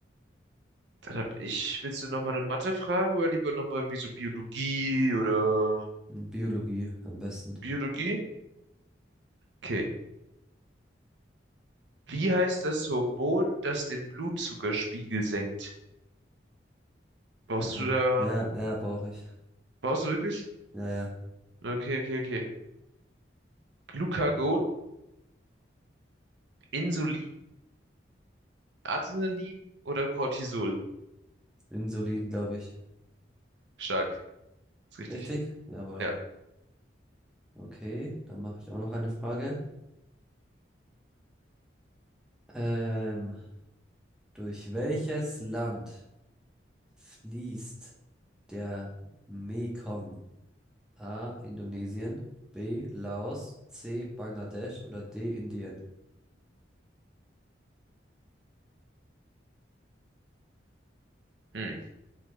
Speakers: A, on the right (about 70°); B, in the centre.
A: dann hab ich, willst du nochmal eine Mathe-Frage oder lieber nochmal irgendwie so Biologie oder
B: Biologie am besten.
A: Biologie? Okay. Wie heißt das Hormon, das den Blutzuckerspiegel senkt? Brauchst
B: Aber-
A: du da,
B: Ja, ja, brauche ich.
A: brauchst du wirklich?
B: Ja, ja.
A: Okay, okay, okay. Glucagon, Insulin, Adrenalin oder Cortisol?
B: Insulin, glaube ich.
A: Stark, ist richtig.
B: Richtig? Jawohl.
A: Ja.
B: Okay, dann mache ich auch noch eine Frage. Ähm, durch welches Land fließt der Mekong? A. Indonesien, B. Laos, C. Bangladesch oder D. Indien?
A: Hm.